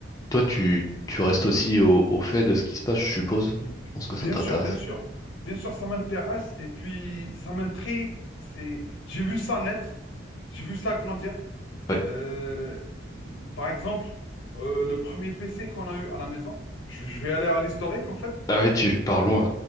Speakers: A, on the left; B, on the left.
A: toi, tu, tu restes aussi au, au fait de ce qui se passe, je suppose.
B: Mhm.
A: Je pense
B: Bien
A: que ça t'intéresse.
B: sûr, bien sûr. Bien sûr, ça m'intéresse et puis ça m'intrigue. C'est... J'ai vu ça naître, j'ai vu ça grandir.
A: Ouais.
B: Euh, Par exemple, euh, le premier PC qu'on a eu à la maison, je, je vais aller à l'historique, en fait.
A: Ah oui, tu pars loin.